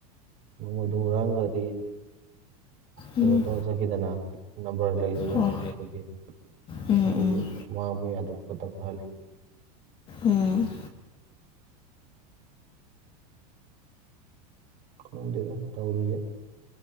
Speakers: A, on the right; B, on the left.
A: ꯅꯣꯡꯃꯩꯗꯣ ꯍꯨꯔꯥꯟꯒ꯭ꯔꯗꯤ ꯀꯩꯅꯣ
B: ꯎꯝ
A: ꯇꯧꯔ ꯆꯠꯈꯤꯗꯅꯥ ꯅꯝꯕꯔ ꯂꯩꯗꯅ
B: ꯑꯣ
A: ꯅꯣꯡꯃꯩꯗꯨꯒꯤ
B: ꯎꯝ
A: ꯑꯗꯨꯒꯤ
B: ꯎꯝ
A: ꯃꯥꯡꯕ ꯌꯥꯗꯕ ꯈꯣꯠꯇꯕ ꯈꯔ ꯂꯩ
B: ꯎꯝ
A: ꯈꯪꯗꯦꯗ ꯇꯧꯔꯤꯖꯦ